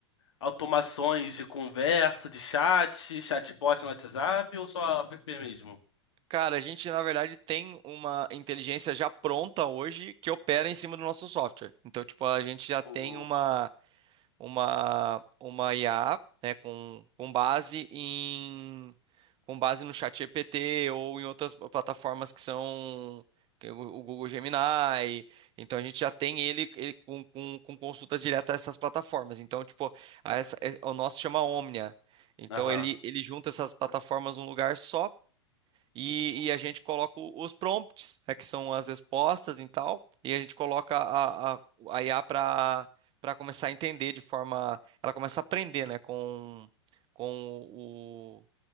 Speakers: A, on the left; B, on the right.
A: automações de conversa, de chat, chatbot no WhatsApp ou só app mesmo?
B: Cara, a gente na verdade tem uma inteligência já pronta hoje que opera em cima do nosso software. Então, tipo, a gente já tem
A: Uhum.
B: uma. uma, uma IA, né, com, com base em com base no chat GPT ou em outras plataformas que são que é o o Google Gemini. Então a gente já tem ele, ele com, com, com consulta direta a essas plataformas. Então, tipo, a essa, é- o nosso chama Omnia. Então
A: Aham.
B: ele, ele junta essas plataformas num lugar só e,
A: Uhum.
B: e a gente coloca o- os prompts, né, que são as respostas e tal, e a gente coloca a, a, a IA para para começar a entender de forma, ela começa a aprender, né, com com